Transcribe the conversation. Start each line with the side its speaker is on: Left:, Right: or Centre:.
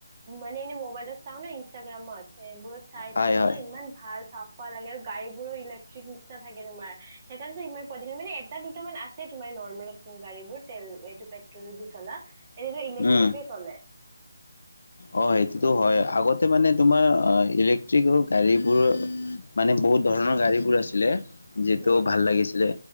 Right: এনে মবাইলত চাও ন'ইন্ষ্টাগ্ৰামত এইবোৰত চাই
Left: হয়
Right: থাকো
Left: হয়
Right: ইমান ভাল চাফ পোৱা লাগে আৰু গাড়ীবোৰো ইলেক্ট্ৰিক নিচিনা থাকে তুমাৰ সেইকাৰণেটো ইমান <unintelligible> মানে এটা দুটা মান আছে তোমাৰ নৰ্মেল গাড়ী বোৰ তেল এইটো পেট্ৰল দি চলা এনেদৰে ইলেক্ট্ৰিকে
Left: উম
Right: চলে।
Left: অ', সেইটোতো হয় আগতে মানে তোমাৰ অ', ইলেক্ট্ৰিক গাড়ীবোৰ মানে বহুত ধৰণৰ গাড়ীবোৰ আছিলে যিটো
Right: উম
Left: ভাল
Right: উম
Left: লাগিছিলে